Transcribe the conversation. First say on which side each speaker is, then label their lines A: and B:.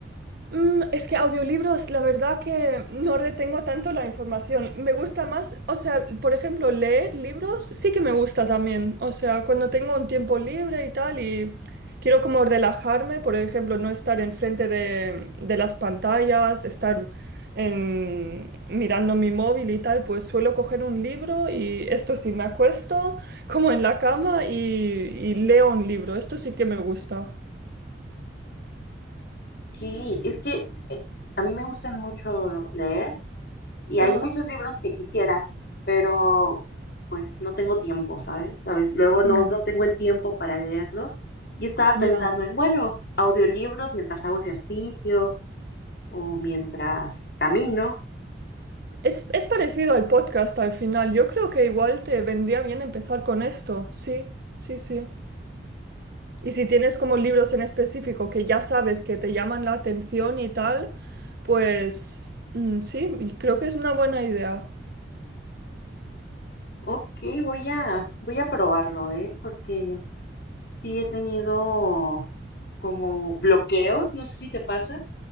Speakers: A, on the right; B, on the left.
A: Mm, es que audiolibros, la verdad que no retengo tanto la información. Me gusta más, o sea, por ejemplo, leer libros sí que me gusta también. O sea, cuando tengo un tiempo libre y tal y quiero como relajarme, por ejemplo, no estar enfrente de, de las pantallas, estar en- mirando mi móvil y tal, pues suelo coger un libro y esto sí, me acuesto como en la cama y, y leo un libro. Esto sí que me gusta.
B: Sí, es que eh, a mí me gustan mucho leer Y hay
A: Ajá.
B: muchos libros que quisiera, pero pues no tengo tiempo, ¿sabes? ¿Sabes? Luego no,
A: Mm.
B: no tengo el tiempo para leerlos. Y estaba
A: Ya.
B: pensando en, bueno, audiolibros mientras hago ejercicio o mientras camino.
A: Es, es parecido al podcast al final. Yo creo que igual te vendría bien empezar con esto. Sí, sí, sí. Y si tienes como libros en específico que ya sabes que te llaman la atención y tal, pues mm, sí, y creo que es una buena idea.
B: Ok, voy a, voy a probarlo, ¿eh? Porque sí he tenido como bloqueos, no sé si te pasa,